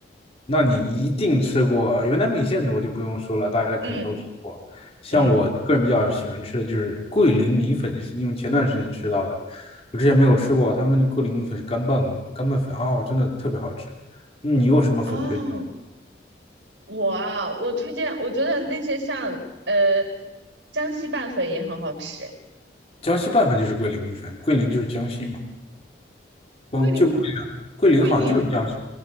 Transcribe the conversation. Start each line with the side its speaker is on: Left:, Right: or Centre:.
Left: 那你一定吃过云南米线，我就不用说了，大家肯定都吃过。
Right: 嗯
Left: 像我个人比较喜欢吃的就是桂林米粉，
Right: 嗯
Left: 是因为前段时间吃到的，我之前没有吃过，他们的桂林米粉是干拌干拌粉哦，真的特别好吃。你有什么粉推荐？
Right: 啊，我啊，我推荐，我觉得那些像呃江西拌粉也很好吃。
Left: 江西拌粉就是桂林米粉，桂林就是江西嘛，嗯，
Right: 桂林，
Left: 就桂林，桂林好像就是江西，
Right: 桂林，